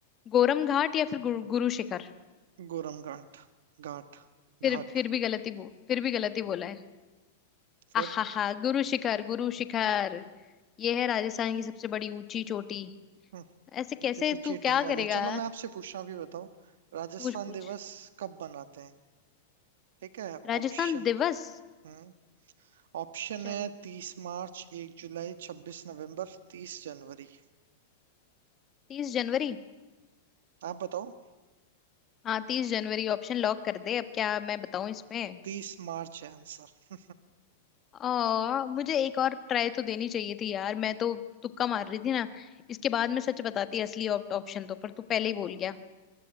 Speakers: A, on the left (about 20°); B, on the right (about 75°).
A: गोरम घाट या फिर गुरु, गुरु शिखर
B: गोरम घाट घाट घाट
A: फिर फिर भी गलती बो फिर भी गलती बोला है
B: फिर
A: आहा हा गुरु शिखर गुरु शिखर ये है राजस्थान की सबसे बड़ी ऊंची चोटी
B: हम्म,
A: ऐसे कैसे
B: ये तो
A: तू
B: चीटिंग
A: क्या
B: वाले
A: करेगा
B: हैं चलो मैं आपसे पूछना भी बताओ राजस्थान
A: पूछ पूछ
B: दिवस कब मनाते हैं ठीक है
A: राजस्थान
B: ऑप्शन
A: दिवस
B: हम्म ऑप्शन
A: चल
B: है तीस मार्च एक जुलाई छब्बीस नवंबर तीस जनवरी
A: तीस जनवरी
B: आप बताओ
A: हाँ तीस जनवरी ऑप्शन लॉक कर दे अब क्या मैं बताऊं इसमें
B: तीस मार्च है आंसर
A: आ, मुझे एक और ट्राई तो देनी चाहिए थी यार मैं तो तुक्का मार रही थी ना इसके बाद मैं सच बताती असली ऑप्शन तो पर तू पहले ही बोल गया